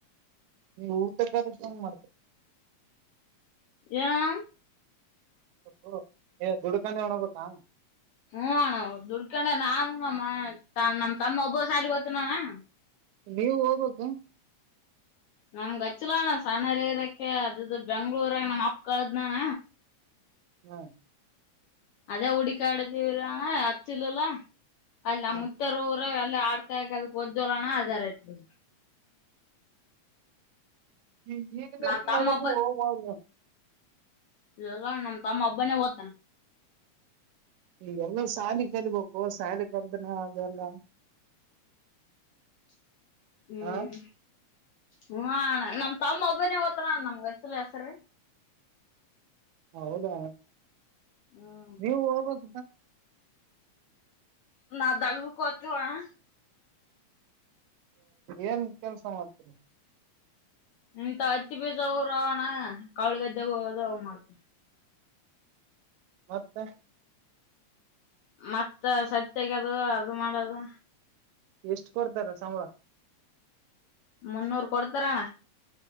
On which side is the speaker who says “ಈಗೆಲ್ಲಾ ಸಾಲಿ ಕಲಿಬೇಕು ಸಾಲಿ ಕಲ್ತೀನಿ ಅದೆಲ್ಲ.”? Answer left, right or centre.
Right